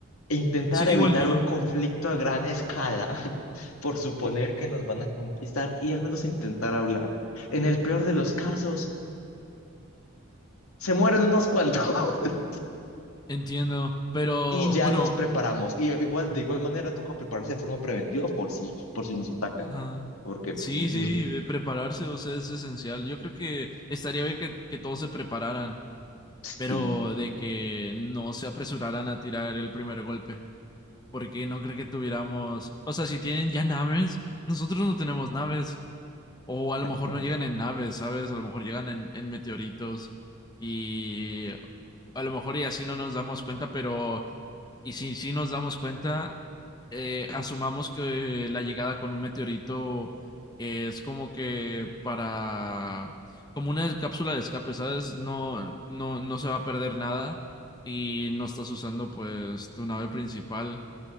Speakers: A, on the left; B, on the left.
A: e intentar
B: Sí,
A: evitar
B: igual yo,
A: un conflicto a gran escala <laughs> por suponer que nos van a conquistar y al menos intentar hablar. En el peor de los casos, se mueren unos cuantos <laughs>
B: entiendo, pero
A: y ya
B: bueno,
A: nos preparamos. Y eh, igual, de igual manera, toca prepararse de forma preventiva por si, por si nos atacan.
B: ajá.
A: Porque,
B: Sí,
A: ujú,
B: sí, eh, prepararse, o sea, es esencial. Yo creo que estaría bien que, que todos se prepararan,
A: sí,
B: pero de que no se apresuraran a tirar el primer golpe. porque no creo que tuviéramos, o sea, si tienen ya naves, nosotros no tenemos naves, o
A: exacto.
B: a lo mejor no llegan en naves, ¿sabes? A lo mejor llegan en, en meteoritos y a lo mejor y así no nos damos cuenta, pero y si sí nos damos cuenta, eh, asumamos que la llegada con un meteorito es como que para, como una cápsula de escape, ¿sabes? No, no, no se va a perder nada. Y no estás usando pues tu nave principal.